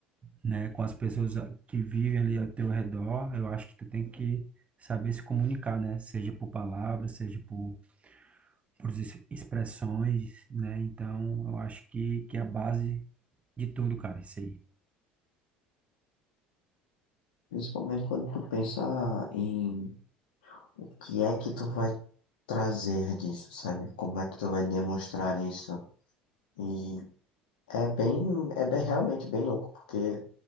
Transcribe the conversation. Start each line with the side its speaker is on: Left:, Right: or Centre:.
Right: né, com as pessoas que vivem ali ao teu redor, eu acho que tu tem que saber se comunicar, né, seja por palavras, seja por por ex- expressões, né? Então, eu acho que, que é a base de tudo, cara, isso aí.
Left: Principalmente quando tu pensa em o que é que tu vai trazer disso, sabe? Como é que tu vai demonstrar isso? E é bem, é bem realmente bem louco, porque